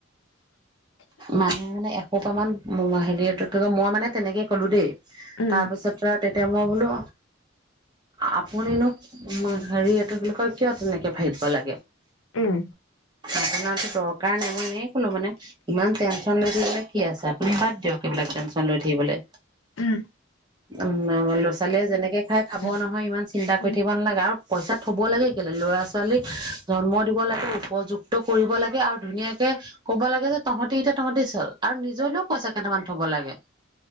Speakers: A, on the right; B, on the left.
A: মানে, মানে এসোপামান মো, মা, হেৰি, <unintelligible> মই মানে তেনেকে ক'লো দেই।
B: উম
A: তাৰ পিছত <unintelligible> তেতিয়া মই বোলো, আপুনিনো হেৰি এটো বলাক <inaudible> তই কিয় তেনেকে ভাৱিব লাগে?
B: উম
A: আপোনাৰটো দৰকাৰ নাই, মই এনেকে কলোঁ মানে, ইমান টেনশ্যন লৈ থাকিবলৈ কি আছে? আপুনি বাদ দিয়ক সেইবিলাক টেনশ্যন লৈ থাকিবলৈ।
B: উম
A: উম, ম, ল'-ছালীয়ে যেনেকে খাই, খাব
B: উম
A: নহয়। ইমান চিন্তা কৰি
B: উম
A: থাকিব নালাগে। আৰু পইচা থব লাগে কেলেই? ল'ৰা-ছোৱালীক জন্ম দিব লাগে উপযুক্ত কৰিব লাগে আৰু ধুনীয়াকে ক'ব লাগে যে, তহঁতি এতিয়া তহঁতি চল আৰু নিজলৈও পইচা কেইটামান থব লাগে।